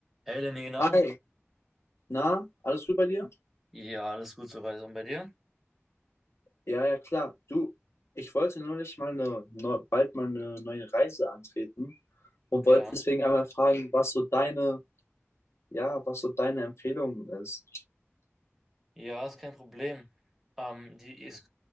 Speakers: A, in the centre; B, on the left.
A: Hey, der Nena.
B: Hi, na, alles gut bei dir?
A: Ja, alles gut soweit. Und bei dir?
B: Ja, ja, klar. Du, ich wollte neulich mal eine, neu, bald mal eine neue Reise antreten und
A: Ja.
B: wollte deswegen einmal fragen, was so deine, ja, was so deine Empfehlung ist.
A: Ja, ist kein Problem. Ähm, die, es